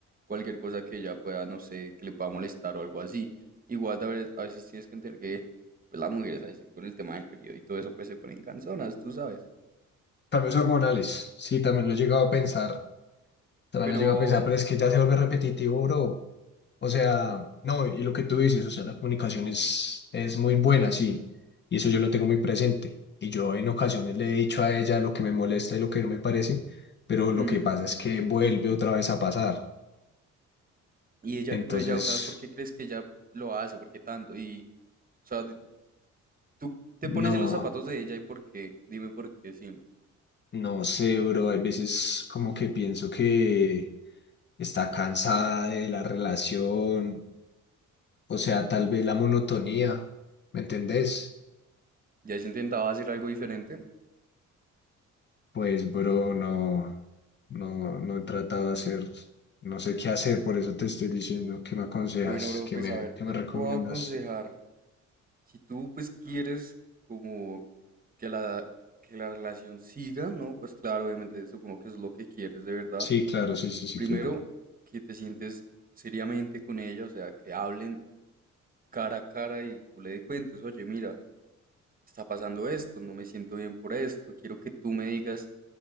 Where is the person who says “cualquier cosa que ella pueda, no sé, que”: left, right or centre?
Right